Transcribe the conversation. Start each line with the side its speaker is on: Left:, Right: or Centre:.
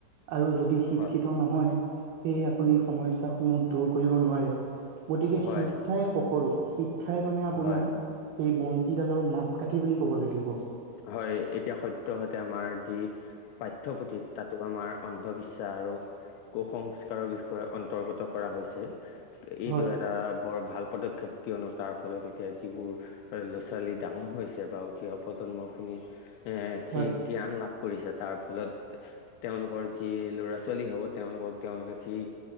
Right: আৰু যদি শিক্ষিত
Left: হয়
Right: নহয় সেয়ে আপুনি সমস্যাসমূহ সমূহ দূৰ কৰিব নোৱাৰে গতিকে
Left: হয়
Right: শিক্ষাই সকলো শিক্ষাই মানে আপোনাৰ
Left: হয়
Right: স বন্তিডালৰ মাপকাঠি বুলি ক'ব লাগিব
Left: হয় এতিয়া সদ্যহাতে আমাৰ যি পাঠ্যপুথিত তাতো আমাৰ অন্ধবিশ্বাস আৰু কুসংস্কাৰৰ বিষয়ে অন্তৰ্গত কৰা হৈছে। এইটো
Right: হয়
Left: এটা বৰ ভাল পদক্ষেপ কিয়নো তাৰ ফলত এতিয়া যিবোৰ ল'ৰা ছোৱালী ডাঙৰ হৈছে বা উঠি অহা পৰ্য্যন্ত খিনি সেই
Right: হয়
Left: জ্ঞান লাভ কৰিছে তাৰ ফলত তেওঁলোকৰ যি ল'ৰা ছোৱালী হ'ব তেওঁলোকক তেওঁলোকে সেই